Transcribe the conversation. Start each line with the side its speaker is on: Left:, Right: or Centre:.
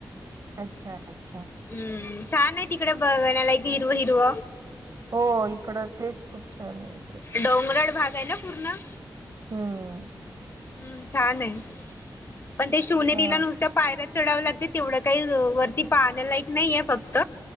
Right: अच्छा! अच्छा
Left: हम्म, छान आहे तिकडे बघण्या लाईक हिरव -हिरव.
Right: हो इकडं तेच खूप छान आहे इकडे.
Left: डोंगरळ भाग आहे ना पूर्ण?
Right: हम्म
Left: हम्म, छान आहे. पण ते शिवनेरीला
Right: हा.
Left: नुसत्या पायऱ्या चढावं लागते तेवढं काही वरती पाहण्या लायक नाहीय फक्त